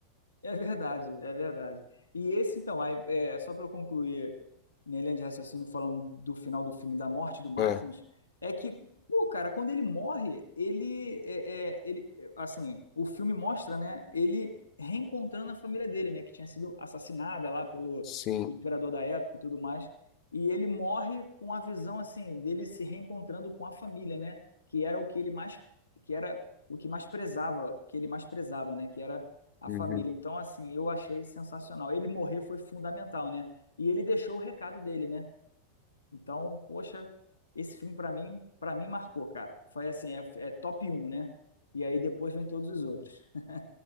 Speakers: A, on the left; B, on the left.
A: É verdade, é verdade. E esse, então, aí, é, só para eu concluir minha linha de raciocínio falando do final do filme, da morte do Maximus,
B: É,
A: é que, pô, cara, quando ele morre, ele, é, é, ele, é, assim, o filme mostra, né, ele reencontrando a família dele, né, que tinha sido assassinada lá pelo,
B: sim.
A: pelo imperador da época e tudo mais, e ele morre com a visão, assim, dele se reencontrando com a família, né, que era o que ele mais, que era o que mais prezava, o que ele mais prezava, né, que era a
B: Uhum.
A: família. Então, assim, eu achei sensacional. Ele morrer foi fundamental, né? E ele deixou o recado dele, né? Então, poxa, esse filme pra mim, para mim marcou, cara. Foi assim, é, é top um, né? E aí depois vem todos os outros. <laughs>